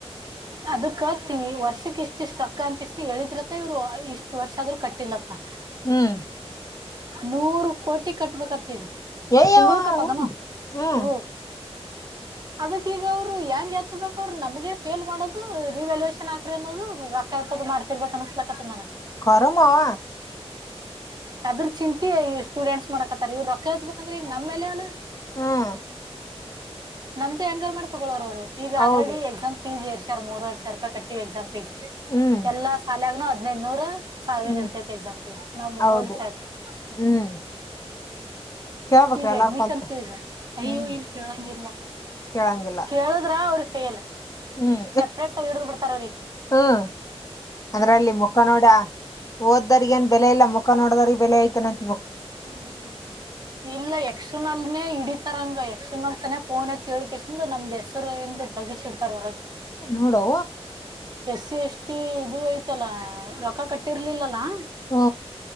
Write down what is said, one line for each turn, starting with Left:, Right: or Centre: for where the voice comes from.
Right: ಅದ ಕತೀಿ ವರ್ಷಕ್ ಇಷ್ಟ ಇಷ್ಟು ರೊಕ್ಕ ಅಂತಿಸಿ ಹೇಳಿದ್ರತ್ತ ಇವ್ರು ಇಷ್ಟು ವರ್ಷ ಆದ್ೂ ಕಟ್ಟ ಕಾಟಿಲತಾ
Left: ಹ್ಮ್
Right: ನೂರು ಕೋಟಿ ಕಟ್ಬೇಕತ್ತ
Left: ಏಯವ್ವ
Right: ತಿಂಳ ಕತ್ತದನ
Left: ಹ್ಮ್ ಹ್ಮ್
Right: ಹ ಅದಕ್ಕ ಈಗ ಅವರು ಯ ಎತ್ತ ಬ ಅವ್ರ ನಮಗೆ ಫೇಲ್ ಮಾಡೋದು ರಿವ್ಯಾಲ್ಯಷನ್ ಆಾ್ರರಿ ಅನ್ನೋದು ಾಯ್ತದು ಮಾಡ್ತಿರ್ಬೇಕಕ್ ಅನ್ಸ್ಲಕ್ಕತ್ ನನಗ್
Left: ಕರಮವ
Right: ಅದ್ರ ಚಿಂತೆ ಸ್ಟೂಡೆಂಟ್ಸ್ ಮಾಡಕತ್ತಾರೆ ಇವ್ ರೊಕ್ಕ ಹತ್ತಬೇಕಂದ್ರೆ ನಮ್ಮ ಮೇಲೆ ಅಲ್ಲ
Left: ಹ್ಮ್
Right: ನಮ್ದು ಹೆಂಗಾರ ಮಾಡ್ ತಗೊವರ ಅವರು ಈಗ
Left: ಹೌದು
Right: ಆಲ್ರೆಡಿ ಎಕ್ಸಾಮ್ ಪಿ ಜಿ ಇರ್ಿ ಸರ್ ಮೂರ್ವರ್ ಸಾವರ ರೂಪಾಯಿ ಕಟ್ಟಿವ ಎಕ್ಸಾಮ್ ಫೀಸ್
Left: ಹ್ಮ್
Right: ಎಲ್ಲಾ ಸಾಲಾಗನು ಹದ್ೈದ್ನೂರ್ ಸಾವಿರ
Left: ಹ್ಮ್
Right: ಇರ್ತೈತಿ ಎಕ್ಸಾಮ್ ಪೀಸ್ ನಾವ್ ಮೂರ್ವರ್ಷ
Left: ಹೌದು
Right: ಇರ್ತೆತಿ
Left: ಹ್ಮ್ ಕೇಳ್ಬೇಕ್ರಿ
Right: ಈಗ
Left: ಎಲ್ಲಾರ್
Right: ಅಡ್ಮಿಷನ್
Left: ಕಲ್ತ್
Right: ಫೀಸ್ ಅಯ್ಯೋ
Left: ಹ್ಮ್
Right: ಇಲ್ ಕೇಳಂಗಿರ್ಲಾ
Left: ಕೇಳಂಗಿಲ್ಲ
Right: ಕೇಳುದ್ರಾ ಅವ್ರ ಫೇನ್
Left: ಹ್ಮ್
Right: ಸಪ್ರೇಟ್ಗ ಹಿಡ್ದು ಬಿಡ್ತಾರ ಅವ್ರ
Left: ಹ್ಮ್ ಅಂದ್ರ ಅಲ್ಲಿ ಮುಖ ನೋಡ ಓದ್ದ್ರಗ ಏನ್ ಬೆಲೆ ಇಲ್ಲ ಮುಖ ನೋಡ್ದ್ರ ಬೆಲೆ ಐ್ತೆನಂತೆ
Right: ಹ ಇಲ್ಲ ಯಕ್ಷನ್ ಅಲ್ನೇ ಇಡ ಇತಾರಂಗ ಯಕ್ಷಣಲ್ ಸನನೆ ಪೋ ಚಿಳ್ ಕಸಂದು ನಮ್ದ್ ಹೆಸರು ಎಂದ ತಗಸಿ ಇಡ್ತಾರ್ ಹೊರಗ
Left: ನೋಡೋ
Right: ಹಸಿ ಎಷ್ಟಿ ಇದು ಐತಲ್ಲ ರೊಕ್ಕ ಕಟ್ಟಿರ್ಲಿಲ್ಲಲಾ
Left: ಹ್ಮ